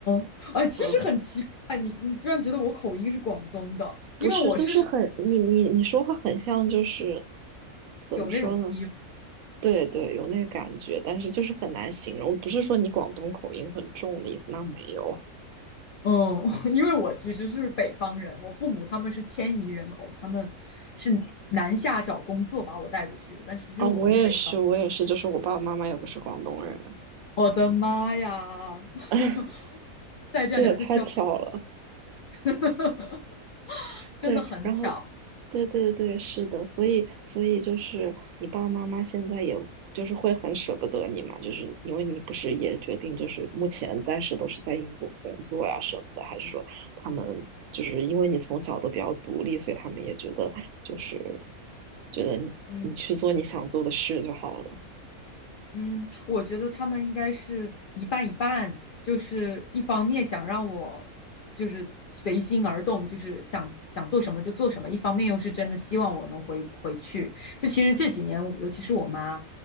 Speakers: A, on the left; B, on the right.
A: 嗯，哎，其实很奇怪，
B: 嗯，
A: 你你居然觉得我口音是广东的，
B: 不是，
A: 因为我是
B: 就是很你你你说话很像，就是怎么说呢？
A: 有那种 feel，
B: 对对，有那个感觉，但是就是很难形容。不是说你广东口音很重的意思，那没有。
A: 嗯，嗯 <laughs> 因为我其实是北方人，我父母他们是迁移人口，他们是南下找工作把我带过去的，但是其实我们是北方，
B: 啊、我也是，我也是，就是我爸爸妈妈也不是广东人。
A: 我的妈呀，<laughs>
B: <laughs>
A: 再这样聊下去要跑，
B: 这也太巧了，
A: <laughs> 真的很巧，
B: 对，然后，对对对，是的，所以所以就是你爸爸妈妈现在也就是会很舍不得你嘛，就是因为你不是也决定就是目前暂时都是在英国工作呀什么的，还是说他们就是因为你从小都比较独立，所以他们也觉得就是觉得你你去做你想做的事就好了。
A: 嗯。嗯，我觉得他们应该是一半一半，就是一方面想让我就是随心而动，就是想想做什么就做什么，一方面又是真的希望我能回回去。就其实这几年，尤其是我妈，